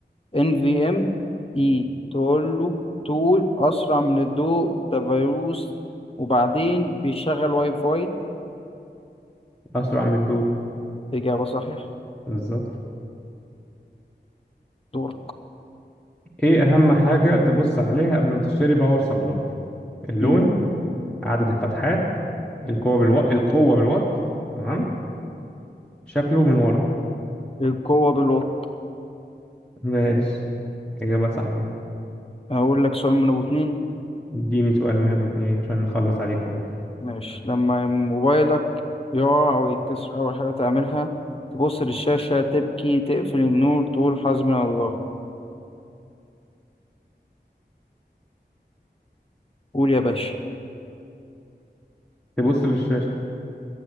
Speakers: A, on the left; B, in the centre.
A: ان في ام اي تقول له تول اسرع من الضوء ده فيروس وبعدين بيشغل واي فاي
B: أسرع من الضوء
A: اجابه صحيحه
B: بالظبط
A: دورك
B: إيه أهم حاجة تبص عليها قبل ما تشتري باور سبلاي؟ اللون
A: مم.
B: عدد الفتحات القوة بالو... القوة بالوات تمام شكله من ورا
A: القوه بالوات
B: ماشي إجابة صحيحة
A: هقول لك سؤال من ابو اتنين
B: اديني سؤال من أبو اتنين عشان نخلص عليه خالص
A: ماشي لما موبايلك يقع او يتكسر اول حاجه تعملها تبص للشاشه تبكي تقفل النور تقول حسبنا الله قول يا باشا
B: تبص للشاشة